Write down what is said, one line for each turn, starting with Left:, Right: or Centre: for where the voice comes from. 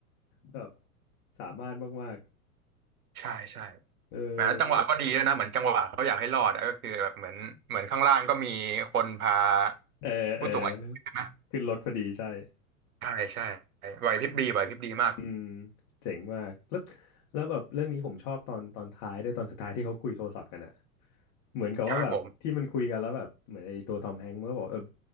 Left: แบบสามารถมาก
Right: ใช่ใช่
Left: ๆเอ
Right: แหมแล้วจังหวะก็ดีด้วยนะเหมือนจังหวะเขาอยากให้รอดอะก็คือแบบเหมือนเหมือนข้างล่างก็มีคนพา
Left: อ เออเออ
Right: ผู้สูงอายุใช่ไหม
Left: ขึ้นรถพอดีใช่
Right: ใช่ใช่ไหวพริบดีไหวพริบดีมาก
Left: อืมเจ๋งมาก แล้วแล้วแบบเรื่องนี้ผมชอบตอนตอนท้ายด้วยตอนสุดท้ายที่เขาคุยโทรศัพท์กันอะเหมือนกับว่าแบบที่มันคุยกันแล้วแบบเหมือนไอ้ตัวทอมแฮงก์มันก็บอกเออ
Right: ครับผม